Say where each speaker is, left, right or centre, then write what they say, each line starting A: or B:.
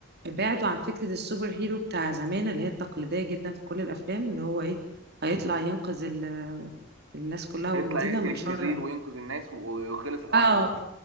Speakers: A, on the right; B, on the right.
A: بعدوا عن فكره السوبر هيرو بتاع زمان اللي هي التقليديه جدا في كل الافلام اللي هو ايه هيطلع ينقذ ال- الناس كلها
B: يطلع
A: والمدينه
B: يقتل
A: من
B: الشرير
A: شر
B: وينقذ الناس ويخلص الحوار
A: اه
B: ده